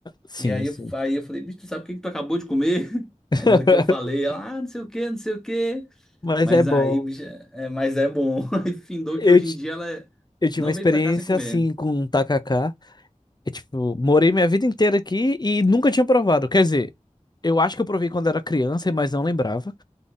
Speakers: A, on the left (about 35°); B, in the centre.
A: Sim,
B: E aí
A: sim.
B: eu, aí eu falei, bicho, tu sabe o que que tu acabou de comer? <laughs>
A: <laughs>
B: Aí na hora que eu falei, ela, ah, não sei o quê, não sei o quê.
A: Mas
B: Mas
A: é bom.
B: aí, bicho, é, mas é bom. <laughs> Aí findou
A: Eu,
B: que hoje
A: ti-
B: em dia ela é-
A: eu tive
B: não
A: uma experiência
B: veio pra cá sem comer.
A: assim com um tacacá. É tipo, morei minha vida inteira aqui e nunca tinha provado. Quer dizer, eu acho que eu provei quando era criança, mas não lembrava.